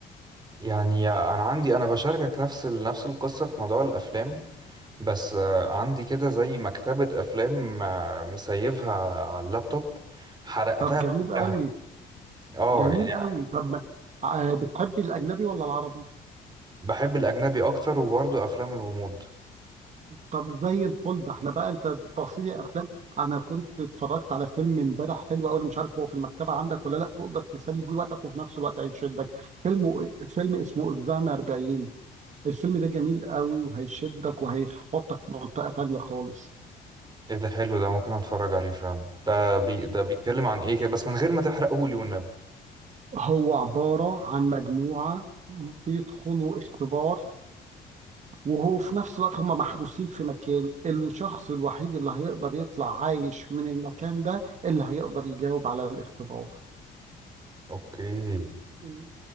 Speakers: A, on the right; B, on the right.
A: يعني انا عندي انا بشاركك نفس ال... نفس القصة في موضوع الافلام بس آه، عندي كده زي مكتبة افلام آه، مسيفها على اللابتوب حرقتها
B: طب جميل
A: كلها
B: قوي
A: اه
B: جميل
A: يعني
B: قوي طب ما- آه، بتحبي الاجنبي ولا العربي
A: بحب الاجنبي اكتر وبرضه افلام الغموض
B: طب زي الفل ده احنا بقى انت بتوصي لي افلام انا كنت اتفرجت على فيلم امبارح حلو قوي انا مش عارف هو في المكتبه عندك ولا لا تقدر تسلي بيه وقتك وفي نفس الوقت هيشدك فيلم فيلم اسمه اكزام 40 الفيلم ده جميل قوي وهيشدك وهيحطك في منطقه تانية خالص
A: ايه ده حلو ده ممكن اتفرج عليه فعلا ده بي ده بيتكلم عن ايه كده بس من غير ما تحرقه لي والنبي
B: هو عباره عن مجموعه بيدخلوا اختبار وهو في نفس الوقت هم محبوسين في مكان الشخص الوحيد اللي هيقدر يطلع عايش من المكان ده اللي هيقدر يجاوب على الاختبار
A: اوكي
B: مم.